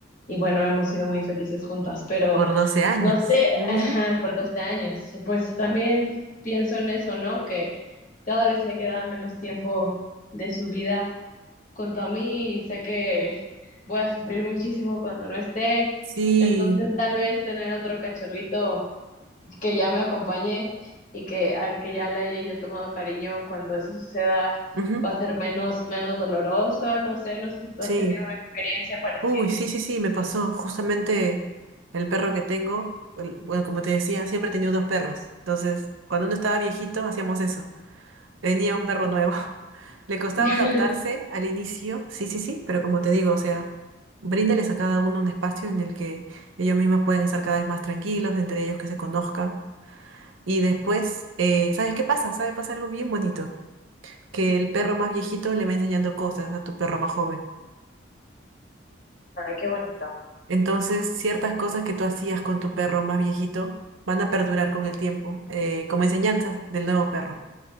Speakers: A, on the left; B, on the right.
A: y bueno, hemos sido muy felices juntas, pero
B: Por doce años.
A: no sé,
B: Ujú.
A: <laughs> ajá, por 12 años. Y pues también pienso en eso, ¿no? Que cada vez le queda menos tiempo de su vida con Tommy, sé que voy a sufrir muchísimo cuando no esté.
B: Sí.
A: Entonces, tal vez tener otro cachorrito que ya me acompañe y que al que ya le haya yo tomado cariño cuando eso suceda
B: Ujú.
A: va a ser menos, menos doloroso. No sé, no sé si tú
B: Sí.
A: has tenido una experiencia parecida.
B: Uy, sí, sí, sí, me pasó. Justamente el perro que tengo, el- bueno, como te decía, siempre he tenido dos perros. Entonces, cuando uno estaba viejito, hacíamos eso. Venía un perro nuevo. <laughs> Le costaba
A: <laughs>
B: adaptarse al inicio, sí, sí, sí, pero como te digo, o sea, bríndales a cada uno un espacio en el que ellos mismos pueden estar cada vez más tranquilos, entre ellos que se conozcan. Y después, eh, ¿sabes qué pasa? ¿Sabe? Pasa algo bien bonito, que el perro más viejito le va enseñando cosas a tu perro más joven.
A: Ay, qué bonito.
B: Entonces, ciertas cosas que tú hacías con tu perro más viejito van a perdurar con el tiempo, eh, como enseñanzas del nuevo perro.